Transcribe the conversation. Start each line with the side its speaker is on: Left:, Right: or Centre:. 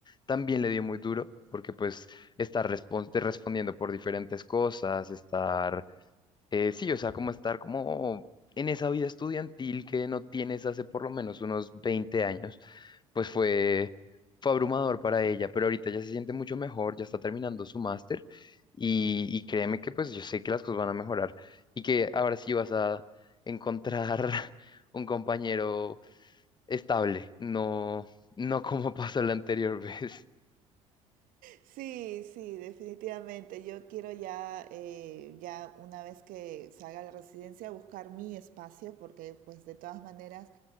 Left: también le dio muy duro, porque pues estar respon- te respondiendo por diferentes cosas, estar, eh, sí, o sea, como estar como en esa vida estudiantil que no tienes hace por lo menos unos 20 años, pues fue, fue abrumador para ella, pero ahorita ya se siente mucho mejor, ya está terminando su máster y, y créeme que pues yo sé que las cosas van a mejorar y que ahora sí vas a encontrar <laughs> un compañero estable, no, no como <laughs> pasó la anterior vez.
Right: Sí, sí, definitivamente. Yo quiero ya, eh, ya una vez que salga la residencia, buscar mi espacio, porque pues de todas maneras